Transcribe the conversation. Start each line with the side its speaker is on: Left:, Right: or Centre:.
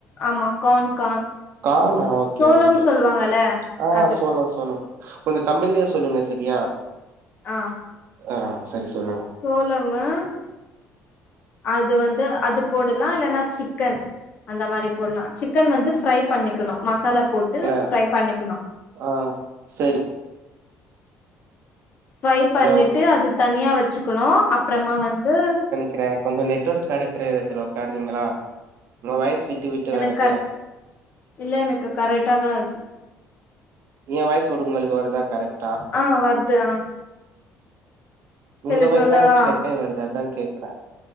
Left: ஆமா கார்ன் கார்ன்
Right: கார்ன்ணா ஓகே
Left: சோளம்
Right: ஓகே
Left: சொல்லுவாங்கல்ல
Right: ஆ
Left: அது
Right: சோளோ சோளோ கொஞ்சோ தமிழ்லே சொல்லுங்க செரியா
Left: ஆ
Right: ம் சரி சொல்லுங்
Left: சோளமு அது வந்து அது போடலா இல்லன்னா சிக்கன் அந்த மாரி போடலா சிக்கன் வந்து ஃப்ரை பண்ணிக்குணு மசாலா போட்டு
Right: இல்ல
Left: ஃப்ரை பண்ணிக்குணு
Right: ஆ சரி
Left: ஃப்ரை பண்ணிட்டு
Right: ஹலோ
Left: அத தனியா வச்சுக்குணு அப்புறமா வந்து
Right: கிறே கொஞ்சோ நெட்ஒர்க் கெடைக்கிற எடத்துல உட்கார்றீங்ளா உங்க வாய்ஸ் விட்டு விட்டு
Left: எனக்கு
Right: வருது
Left: கர் இல்ல எனக்கு கரெக்டா தா‌ இருக்கு
Right: ஏ வாய்ஸ் ஒரு உங்களுக்கு வருதா கரெக்ட்
Left: ஆ வருது ஆ சொல்லு
Right: உங்க வாய்ஸ்தா
Left: சொல்லவா
Right: எனக்கு ஸ்டக் ஆகி வருது அதா கேக்குறே